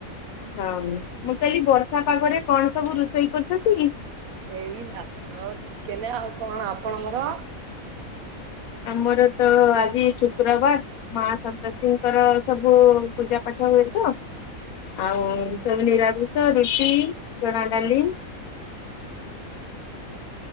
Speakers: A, on the left (about 80°); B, on the right (about 80°).
A: ହଁ, ମୁଁ କଇଲି ବର୍ଷା ପାଗରେ କଣ ସବୁ ରୋଷେଇ କରୁଚନ୍ତି?
B: ଏଇ ଭାତ, ଚିକେନ ଆଉ କଣ? ଆପଣଙ୍କର?
A: ଆମର ତ ଆଜି ଶୁକ୍ରବାର, ମା ସନ୍ତୋଷୀଙ୍କର ସବୁ ପୂଜାପାଠ ହୁଏ ତ, ଆଉ ସବୁ ନିରାମିଷ ରୁଟି, ଚଣା ଡାଲି